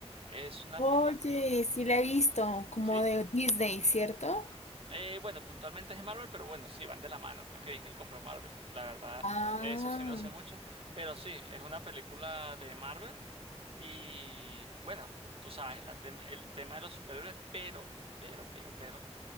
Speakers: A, on the right; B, on the left.
A: Es una
B: Oye,
A: película,
B: sí la he visto, como
A: ¿sí?
B: de Disney, ¿cierto?
A: Eh, bueno, puntualmente es de Marvel, pero bueno, sí, van de la mano, creo que Disney compró Marvel, la verdad,
B: Ah,
A: de eso sí no sé mucho, pero sí, es una película de Marvel y bueno, tú sabes, la tem- el tema de los superhéroes, pero, pero, pero, pero...